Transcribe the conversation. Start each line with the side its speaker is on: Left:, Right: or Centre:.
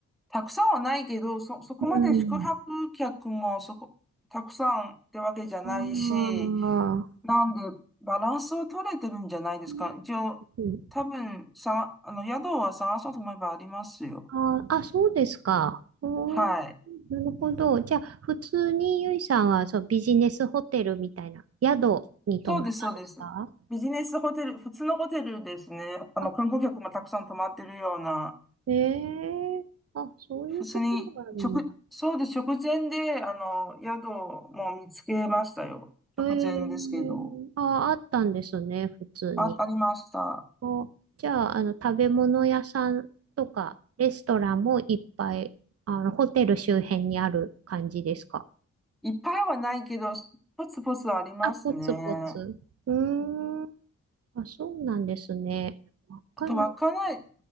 Centre: たくさんはないけど、そ、そこまで宿泊客もそこ、
Right: うん。
Centre: たくさんってわけじゃないし、
Right: ああ。
Centre: なんでバランスを取れてるんじゃないですか。
Right: う
Centre: 一応、
Right: ん
Centre: 多分さ、あの、宿は探そうと思えばありますよ。
Right: あーあ、そうですか。おー
Centre: はい。
Right: なるほど。じゃあ、普通にゆいさんはそうビジネスホテルみたいな宿に泊まったんですか
Centre: そうです、そうです。ビジネスホテル、普通のホテルですね。あの、
Right: あ、
Centre: 観光客もたくさん泊まってるような。
Right: ええあ、そういうところがあるんだ。
Centre: 別に、直、そうです。直前で、あの、宿も見つけましたよ。直前ですけど。
Right: えー、あ、あったんですね、普通に。
Centre: あ、ありました。
Right: お、じゃあ、あの、食べ物屋さんとか、レストランもいっぱい、あの、ホテル周辺にある感じですか
Centre: いっぱいはないけど、ポツポツありますね。
Right: あ、ポツポツ。うーん。あ、そうなんですね。わかんない。
Centre: あと、わかない、